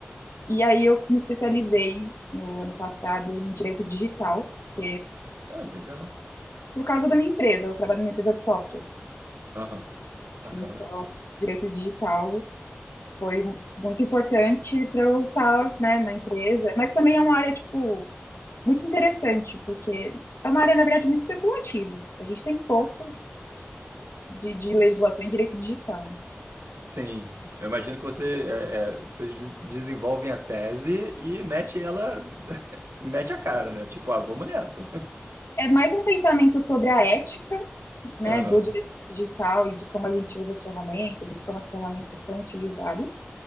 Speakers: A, on the left; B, on the right.
A: E aí eu me especializei no ano passado em direito digital, porque
B: Ah, legal.
A: por causa da minha empresa, eu trabalho numa empresa de software.
B: Aham. Bacana.
A: Então, direito digital foi muito importante para eu estar, né, na empresa, mas também é uma área, tipo, muito interessante, porque é uma área, na verdade, muito especulativa. A gente tem pouco de, de legislação em direito digital.
B: Sim, eu imagino que você, é, é, vocês des- desenvolvem a tese e mete ela, <laughs> mete a cara, né? Tipo, ah, vamos nessa.
A: é mais um pensamento sobre a ética, né,
B: Aham.
A: do direito digital e de como a gente usa as ferramentas, de como as ferramentas são utilizadas,